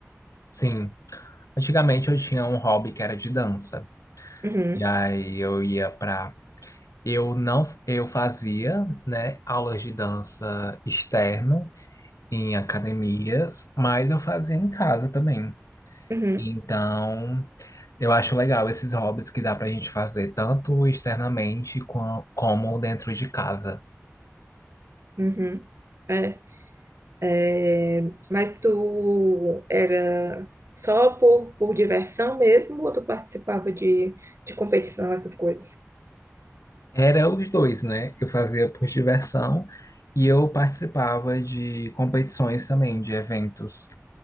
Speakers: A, on the left; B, on the right.
A: Sim. Antigamente eu tinha um hobby que era de dança.
B: Uhum,
A: E aí eu ia pra. Eu não, eu fazia, né, aulas de dança externo em academias, mas eu fazia em casa também.
B: uhum,
A: Então, eu acho legal esses hobbies que dá pra gente fazer tanto externamente qua- como dentro de casa.
B: uhum, é, é, mas tu era só por, por diversão mesmo ou tu participava de, de competição, essas coisas?
A: Era os dois, né? Eu fazia por diversão e eu participava de competições também, de eventos,